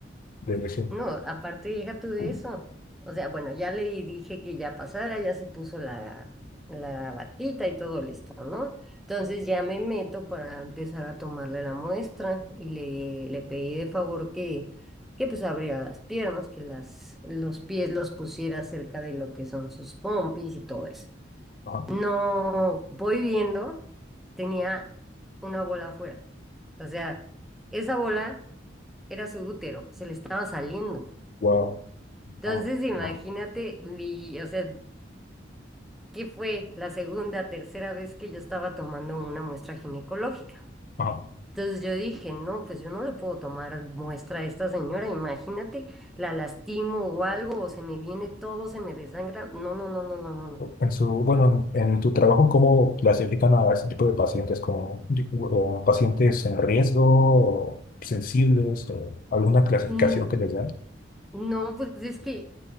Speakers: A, on the left; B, in the centre.
A: de decir.
B: No, aparte deja tú de
A: "Mm".
B: eso. O sea, bueno, ya le dije que ya pasara, ya se puso la, la batita y todo listo, ¿no? Entonces ya me meto para empezar a tomarle la muestra y le, le pedí de favor que, que pues abriera las piernas, que las, los pies los pusiera cerca de lo que son sus pompis y todo eso.
A: Ajá.
B: No, voy viendo, tenía una bola afuera. O sea, esa bola era su útero, se le estaba saliendo.
A: Wow.
B: Entonces,
A: Ah,
B: imagínate
A: ah,
B: mi, o sea, ¿qué fue la segunda, tercera vez que yo estaba tomando una muestra ginecológica?
A: ajá.
B: Entonces yo dije, no, pues yo no le puedo tomar muestra a esta señora, imagínate, la lastimo o algo, o se me viene todo, se me desangra. No, no, no, no, no, no, no.
A: En su, bueno, en, en tu trabajo, ¿cómo clasifican a ese tipo de pacientes? ¿Como di- o pacientes en riesgo o sensibles o alguna clasificación
B: Mm,
A: que les dan?
B: No, pues es que